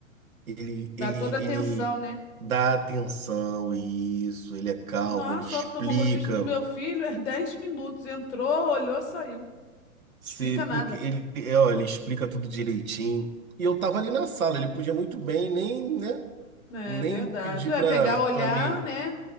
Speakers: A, on the right; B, on the left.
A: Ele,
B: Dá
A: ele,
B: toda atenção,
A: ele
B: né?
A: dá atenção a isso, ele é calmo,
B: Nossa,
A: ele explica
B: o oftalmologista do meu filho é <laughs> 10 minutos. Entrou, olhou, saiu.
A: se
B: Explica
A: porque
B: nada.
A: ele, é, ó, ele explica tudo direitinho. E eu tava ali na sala, ele podia muito bem nem, né,
B: É
A: nem
B: verdade.
A: pedir
B: É
A: pra
B: pegar, olhar,
A: para mim
B: né?